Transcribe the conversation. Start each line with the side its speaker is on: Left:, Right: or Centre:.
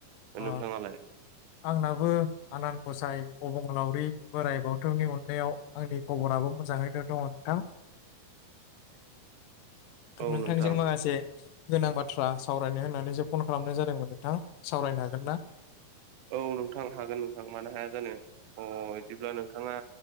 Left: अ।
Right: नोंथाङालाय
Left: आंनाबो आनान गसाइ अबंलावरि बोराय बाथौनि अननायाव आंनि खबराबो मोजाङैनो दङ नोंथां।
Right: औ
Left: नोंथांजों
Right: नोंथां
Left: माखासे गोनां बाथ्रा सावरायनो होननानैसो फन खालामनाय जादोंमोन नोंथां सावरायनो हागोन ना?
Right: औ नोंथां हागोन नोंथां मानो हाया जानो अ बिदिब्ला नोंथाङा